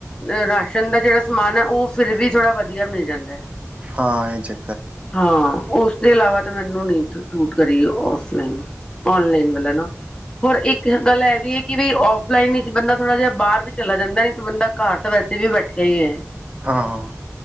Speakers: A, on the left (about 15°); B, on the right (about 25°).
A: ਅ ਰਾਸ਼ਨ ਦਾ ਜਿਹੜਾ ਸਮਾਨ ਹੈ ਉਹ। ਫਿਰ ਵੀ ਥੋੜਾ ਵਧੀਆ ਮਿਲ ਜਾਂਦਾ ਐ ।
B: ਹਾਂ ਇਹ ਚ।
A: ਹਾਂ। ਉਸ ਤੋਂ ਇਲਾਵਾ ਤਾਂ ਮੈਨੂੰ ਨਹੀਂ ਸੂਟ ਕਰੀ ਉਹ। ਔਫਲਾਈਨ ਔਨਲਾਈਨ ਵਾਲਾ ਨਾ ਹੋਰ ਇੱਕ ਗੱਲ ਇਹ ਵੀ ਹੈ? ਕਿ ਬਈ ਔਫਲਾਈਨ ਹੀ ਬੰਦਾ ਥੋੜ੍ਹਾ ਜਿਹਾ ਬਾਹਰ ਵੀ ਚਲਾ ਜਾਂਦਾ ਨੀ ਤੇ ਬੰਦਾ ਘਰ ਤਾਂ ਵੈਸੇ ਵੀ ਬੈਠਿਆ ਹੀ ਹੈ।
B: ਹਾਂ